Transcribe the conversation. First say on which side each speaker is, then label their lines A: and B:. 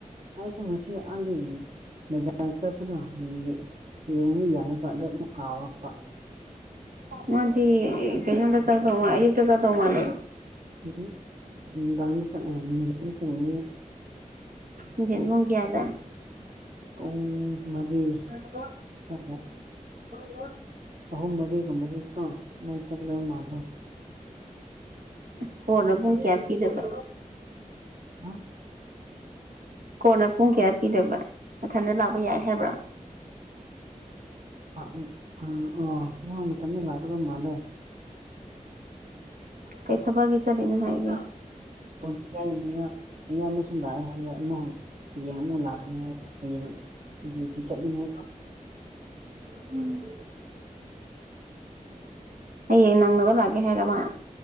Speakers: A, on the right; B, on the right.
A: ꯑꯩꯁꯨ ꯉꯁꯤ ꯑꯥꯟꯗꯤ ꯕꯖꯥꯔ ꯆꯠꯄꯗꯣ ꯌꯦꯌꯦ ꯌꯦꯡ ꯌꯥꯢꯕ ꯑꯗꯣ ꯑꯃꯨꯛ ꯀꯥꯎꯔꯛꯄ
B: ꯃꯥꯗꯤ ꯑꯦꯑꯦ ꯀꯩꯅꯣꯅꯗ ꯆꯠꯇꯧ ꯃꯥ ꯑꯌꯨꯛꯇ ꯆꯠꯇꯧ ꯃꯥꯜꯂꯦ
A: ꯎꯝꯎꯝ ꯅꯨꯡꯗꯥꯡꯗ ꯆꯥꯛ ꯌꯥꯌꯥꯝ ꯅꯨꯡꯗꯤꯟꯗ ꯄꯨꯔꯩ
B: ꯑ ꯌꯦꯠꯕꯨꯡ ꯀꯤꯌꯥꯗ
A: ꯄꯨꯡ ꯃꯔꯤ
B: ꯑ ꯍꯣꯠ
A: <unintelligible>
B: ꯍꯣꯢ ꯍꯣ
A: ꯑꯍꯨꯝ ꯃꯔꯤꯒꯨꯝꯕꯗꯤꯀꯣ ꯃꯣꯢ ꯇꯨꯝꯗꯕ ꯃꯥꯜꯂꯦ
B: ꯐꯣꯔꯗ ꯄꯨꯡ ꯀꯌꯥ ꯄꯤꯗꯕ
A: ꯑꯥ
B: ꯀꯣꯟꯅ ꯄꯨꯡ ꯀꯌꯥ ꯄꯤꯗꯕ ꯃꯊꯟꯇ ꯂꯥꯛꯄ ꯌꯥꯢ ꯍꯥꯢꯕ꯭ꯔꯥ
A: ꯑ ꯎꯝ ꯑꯥ ꯑꯣ ꯃꯦ ꯃꯊꯟꯗ ꯂꯥꯛꯀꯗꯧ ꯃꯥꯜꯂꯦ
B: ꯀꯩ ꯊꯕꯒꯤ ꯆꯠꯂꯤꯅꯤ ꯍꯥꯏꯒꯦ
A: <unintelligible> ꯂꯥꯑꯦ ꯍꯥꯏꯌꯦ ꯑꯃ ꯍꯌꯦꯡ ꯑꯃꯨꯛ ꯂꯥꯛꯀꯅꯤ ꯍꯥꯏ ꯍꯌꯦꯡ ꯗ꯭ꯌꯨꯇꯤ ꯆꯠꯅꯤꯡꯉꯦ ꯀ
B: ꯎꯝ ꯍꯌꯦꯡ ꯅꯪꯅꯕ ꯂꯥꯀꯦ ꯍꯥꯏꯔ ꯃꯥ